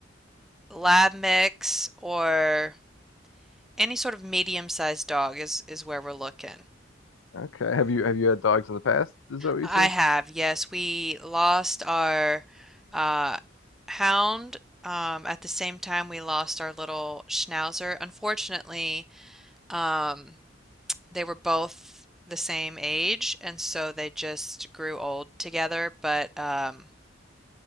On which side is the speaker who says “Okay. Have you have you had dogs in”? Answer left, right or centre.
Left